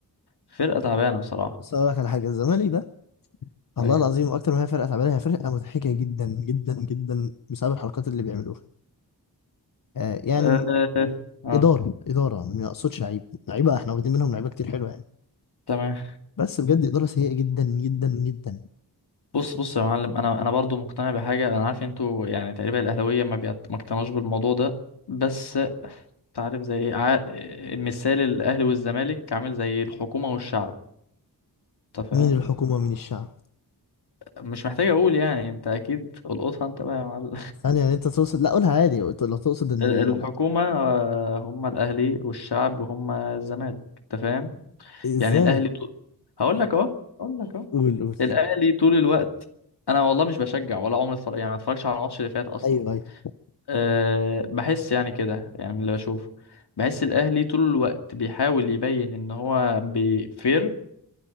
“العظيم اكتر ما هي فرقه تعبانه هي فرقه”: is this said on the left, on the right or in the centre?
Left